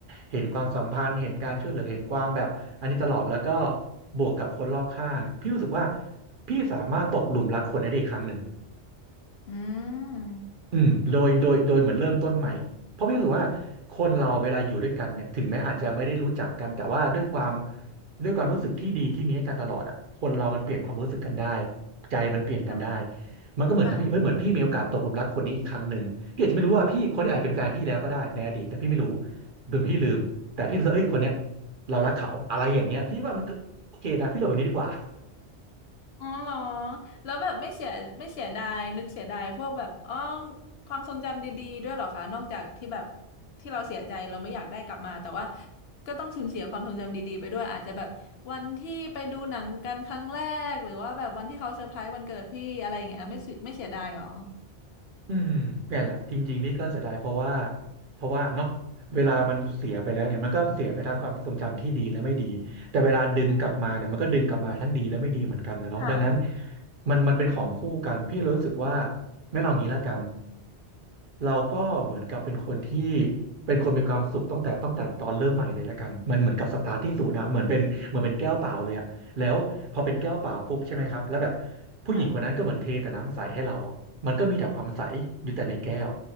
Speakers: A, on the right; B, on the left.
A: เห็นความสัมพันธ์เห็นการช่วยเหลือเห็นความแบบอันนี้ตลอดแล้วก็บวกกับคนรอบข้างพี่รู้สึกว่าพี่สามารถตกหลุมรักคนได้อีกครั้งหนึ่ง
B: อืม
A: อืมโดยโดยโดยเหมือนเริ่มต้นใหม่เพราะพี่รู้สึกว่าคนเราเวลาอยู่ด้วยกันเนี่ยถึงแม้อาจจะไม่ได้รู้จักกันแต่ว่าด้วยความด้วยความรู้สึกที่ดีที่มีให้กันตลอดอ่ะคนเรามันเปลี่ยนความรู้สึกกันได้ใจมันเปลี่ยนกันได้
B: ค่ะ
A: มันก็เหมือนทำให้เอ้ยเหมือนพี่มีโอกาสตกหลุมรักคนนี้อีกครั้งหนึ่งพี่อาจจะไม่รู้ว่าพี่คนนี้อาจเป็นแฟนพี่แล้วก็ได้ในอดีตแต่พี่ไม่รู้
B: ค่ะ
A: หรือพี่ลืมแต่พี่รู้สึกว่าเอ้ยคนเนี้ยเรารักเขาอะไรอย่างเงี้ยพี่ว่ามันก็โอเคนะพี่เราแบบนี้ดีกว่า
B: อ๋อเหรอแล้วแบบไม่เสียไม่เสียดายนึกเสียดายพวกแบบอ๋อความทรงจำดีๆด้วยเหรอคะนอกจากที่แบบที่เราเสียใจเราไม่อยากได้กลับมาแต่ว่าก็ต้องสูญเสียความทรงจำดีๆไปด้วยอาจจะแบบวันที่ไปดูหนังกันครั้งแรกหรือว่าแบบวันที่เขาเซอร์ไพรส์วันเกิดพี่อะไรอย่างเงี้ยไม่เสียไม่เสียดายเหรอ
A: อืมเนี่ยแหละจริงๆนี่ก็เสียดายเพราะว่าเพราะว่าเนาะเวลามันเสียไปแล้วเนี่ยมันก็เสียไปทั้งความทรงจำที่ดีและไม่ดีแต่เวลาดึงกลับมาเนี่ยมันก็ดึงกลับมาทั้งดีและไม่ดีเหมือนกันนะเนาะดังนั้น
B: อืมค่ะ
A: มันมันเป็นของคู่กันพี่เลยรู้สึกว่างั้นเอางี้ละกันเราก็เหมือนกับเป็นคนที่เป็นคนมีความสุขตั้งแต่ตั้งแต่ตอนเริ่มใหม่เลยละกันมันเหมือนกับสตาร์ทที่ศูนย์นะเหมือนเป็นเหมือนเป็นแก้วเปล่าเลยอะ แล้วพอเป็นแก้วเปล่าปุ๊บใช่ไหมครับแล้วแบบผู้หญิงคนนั้นก็เหมือนเทแต่น้ำใสให้เราอ่ะมันก็มีแต่ความใสอยู่แต่ในแก้ว
B: ค่ะ